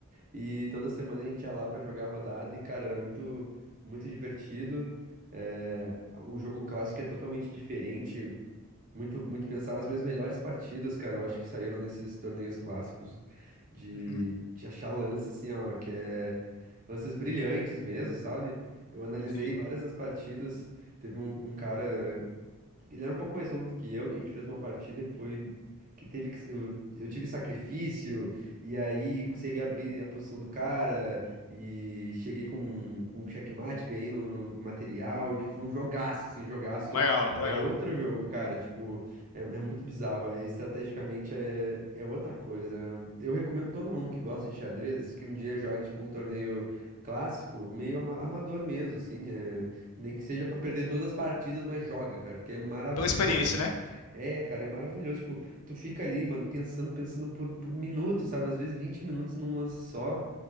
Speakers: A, on the right; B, on the left.
A: e toda semana a gente ia lá pra jogar a rodada e cara, era muito muito divertido. É, o jogo clássico é totalmente diferente, muito muito pensar As minhas melhores partidas, cara, eu acho que saíram nesses torneios clássicos de,
B: Uhum.
A: de achar lance assim, ó, que é lances brilhantes mesmo, sabe? Eu analisei
B: Sim.
A: várias das partidas. Teve um, um cara ele era um pouco mais novo do que eu, que a gente fez uma partida que foi. Que teve que. Eu, eu tive sacrifício, e aí consegui abrir a posição do cara, e cheguei com, com um checkmate, ganhei no, no- em material, e tipo, foi um jogaço, assim, jogaço.
B: Legal,
A: É
B: legal.
A: outro jogo, cara, tipo, é, é muito bizarro, é, estrategicamente é, é outra coisa. Eu recomendo todo mundo que gosta de xadrez que um dia jogue, tipo, um torneio clássico, meio ama- amador mesmo, assim, é. Nem que seja pra perder todas as partidas, mas joga, cara, porque é maravilhoso.
B: Pela experiência, né?
A: É, cara, é maravilhoso. Tipo, tu fica ali, mano, pensando, pensando por, por minutos, sabe? Às vezes 20 minutos num lance só,